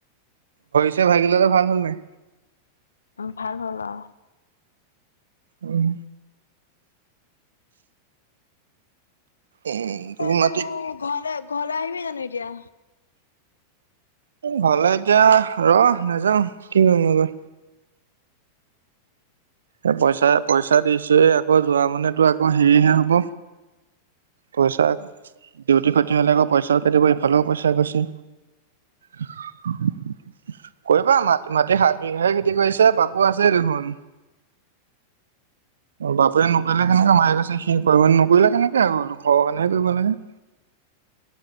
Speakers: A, on the right; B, on the left.
A: তে ভাগিনকা ভাল হল নাই
B: উ ভাল হ'ল অ
A: উম উম তোক
B: আহ
A: মাতি
B: ঘৰলে ঘৰলে আহিবি জানো এতিয়া
A: ভালে এতিয়া ৰ নেযাওঁ কি কৰিমগৈ এ পইচা পইচা দিছো এ আকৌ যোৱা মানেতো আকৌ হেৰিহে হব পইচা ডিউটি খতি হলে আকৌ পইচাও কাতিব ইফালেও পইচা গৈছে <unintelligible> কৰিবা মা মাটি সাত বিঘাই খেতি কৰিছে বাপু আছে দেখোন বাপুৰে নকৰিলে কেনেকে মায়ে কৈছে সি কৰিব নে নকৰে নকৰিলে কেনেকে হব ঘৰৰ কাৰণেহে কৰিব লাগে <inaudible>